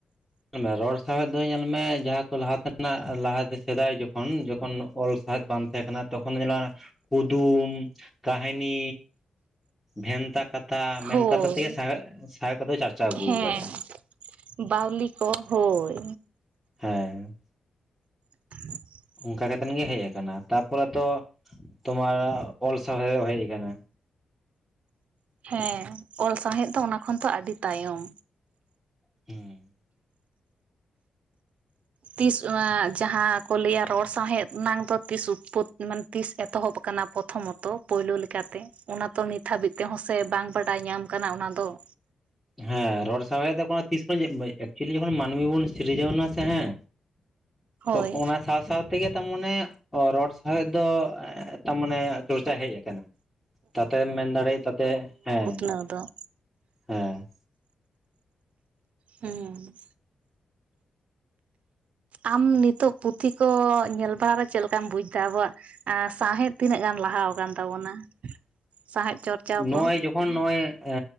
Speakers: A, in the centre; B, on the right.
A: ᱧᱮᱞ ᱢᱮ ᱨᱚᱲ ᱥᱟᱶᱦᱮᱫ ᱫᱚ ᱧᱮᱞ ᱢᱮ ᱡᱟᱦᱟᱸ ᱠᱚ ᱞᱟᱦᱟ ᱛᱮᱱᱟᱜ ᱞᱟᱦᱟᱛᱮ ᱥᱮᱫᱟᱭ ᱡᱚᱠᱷᱚᱱ ᱡᱚᱠᱷᱚᱱ ᱚᱞ ᱥᱟᱶᱮᱫ ᱵᱟᱝ ᱛᱟᱦᱮᱸ ᱠᱟᱱᱟ ᱛᱚᱠᱷᱚᱱ ᱜᱮ ᱡᱮᱱᱟ ᱠᱩᱫᱩᱢ, ᱠᱟᱹᱟᱦᱤᱱᱤ ᱵᱷᱮᱱᱛᱟ ᱠᱟᱛᱷᱟ, ᱢᱮᱱ
B: ᱦᱳᱭ
A: ᱠᱟᱛᱷᱟ ᱛᱮᱜᱮ ᱥᱟ ᱥᱟᱦᱮ ᱠᱚᱫᱚ ᱪᱟᱨᱪᱟᱣ ᱟᱹᱜᱩ
B: ᱦᱮᱸ
A: ᱟᱠᱟᱫᱟ ᱾
B: ᱵᱟᱣᱞᱤ ᱠᱚ ᱦᱚᱭ᱾
A: ᱦᱮᱸᱻ
B: <unintelligible>
A: ᱚᱱᱠᱟ ᱠᱟᱛᱮᱱ ᱜᱮᱤ ᱦᱮᱡ ᱟᱠᱟᱱᱟ᱾ ᱛᱟᱯᱚᱨᱮ ᱛᱚ <inaudible> ᱛᱚᱢᱟᱨ ᱚᱞ ᱥᱟᱶᱦᱮᱫ ᱦᱮᱡ ᱟᱠᱟᱱᱟ᱾
B: ᱦᱮᱸ ᱚᱞ ᱥᱟᱶᱦᱮᱫ ᱫᱚ ᱚᱱᱟ ᱠᱷᱚᱱᱛᱚ ᱟᱹᱰᱤ ᱛᱟᱭᱚᱢ᱾
A: ᱦᱮᱸ
B: ᱛᱤᱥ ᱚᱱᱟ ᱡᱟᱦᱟᱸ ᱠᱚ ᱞᱟᱹᱭᱼᱟ ᱨᱚᱲ ᱥᱟᱶᱦᱮᱫ ᱟᱱᱟᱝ ᱫᱚ ᱛᱤᱥ ᱩᱛᱯᱚᱛᱟᱱ ᱛᱤᱥ ᱮᱛᱚᱦᱚᱵ ᱟᱠᱟᱱᱟ ᱯᱨᱚᱛᱷᱚᱢᱚᱛᱚ ᱯᱩᱭᱭᱞᱳ ᱞᱮᱠᱟᱛᱮ? ᱚᱱᱟ ᱛᱚ ᱱᱤᱛ ᱦᱟᱹᱵᱤᱡ ᱛᱮᱦᱚᱸ ᱥᱮ ᱵᱟᱝ ᱵᱟᱰᱟᱭ ᱧᱟᱢ ᱟᱠᱟᱱᱟ ᱚᱱᱟᱫᱚ ᱾
A: ᱦᱮᱸ ᱨᱚᱲ ᱥᱟᱵᱟᱭ ᱫᱚ ᱛᱤᱥ <unintelligible> ᱮᱠᱪᱩᱭᱮᱞᱤ ᱡᱚᱠᱷᱚᱱ ᱢᱟᱹᱱᱢᱤ ᱵᱚᱱ ᱥᱤᱨᱡᱟᱹᱣ ᱮᱱᱟ ᱥᱮ ᱦᱮᱸ
B: ᱦᱳᱭ
A: ᱛᱚ ᱚᱱᱟ ᱥᱟᱶ-ᱥᱟᱶ ᱛᱮᱜᱮ ᱛᱟᱨ ᱢᱟᱱᱮ ᱚ ᱨᱚᱲ ᱥᱟᱶᱦᱮᱫ ᱫᱚ ᱛᱟᱨ ᱢᱟᱱᱮ ᱪᱚᱨᱪᱟ ᱦᱮᱡ ᱟᱠᱟᱱᱟ ᱾ ᱛᱟᱛᱮᱢ ᱢᱮᱱ ᱫᱟᱲᱮᱭᱟᱜ ᱛᱟᱛᱮ ᱦᱮᱸᱻ
B: <unintelligible> ᱫᱚᱻ
A: ᱦᱮᱸᱻ
B: ᱦᱩᱸ ᱟᱢ ᱱᱤᱛᱚᱜ ᱯᱩᱛᱷᱤ ᱠᱚ ᱧᱮᱞ ᱵᱟᱲᱟ ᱢᱮ ᱪᱮᱫ ᱞᱮᱠᱟᱢ ᱵᱩᱡ ᱫᱟ ᱟᱵᱚᱣᱟᱜ ᱾ ᱟᱨ ᱥᱟᱶᱸᱦᱮᱫ ᱛᱤᱱᱟᱹᱜ ᱜᱟᱱ ᱞᱟᱦᱟ ᱟᱠᱟᱱ ᱛᱟᱵᱚᱱᱟ? ᱥᱟᱶᱦᱮᱫ ᱪᱚᱨᱪᱟᱣ
A: ᱱᱚᱜᱼᱚᱭ
B: ᱠᱚ
A: ᱡᱚᱜ ᱛᱚᱠᱷᱚᱱ ᱱᱚᱜᱼᱚᱭ ᱮ